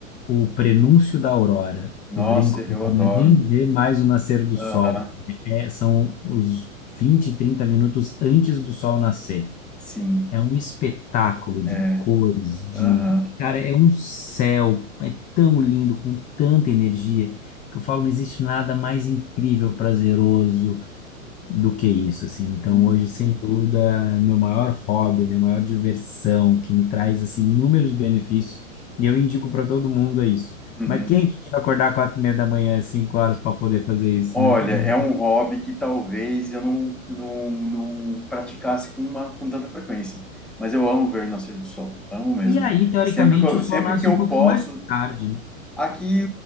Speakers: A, on the left; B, in the centre.
A: o prenúncio da aurora.
B: Nossa,
A: Eu brinco que
B: eu
A: não
B: adoro.
A: é nem ver mais o nascer do sol.
B: Aham,
A: É, são os 20, 30 minutos antes do sol nascer.
B: sim,
A: É um espetáculo de
B: é.
A: cores, de...
B: Aham.
A: Cara, é um céu, é tão lindo, com tanta energia, que eu falo, não existe nada mais incrível, prazeroso, do que isso, assim. Então,
B: Uhum.
A: hoje, sem dúvida, é meu maior hobby, é minha maior diversão, que me traz, assim, inúmeros benefícios, e eu indico para todo mundo é isso.
B: uhum.
A: Mas quem que quer acordar quatro e meia da manhã, cinco horas, para poder fazer isso,
B: Olha,
A: né? Não.
B: é um hobby que talvez eu não, não, não praticasse com, uma, com tanta frequência, mas eu amo ver o nascer do sol, amo mesmo.
A: E aí, teoricamente,
B: Sempre que eu,
A: o sol
B: sempre
A: nasce
B: que eu
A: um pouquinho
B: posso,
A: mais tarde, né?
B: aqui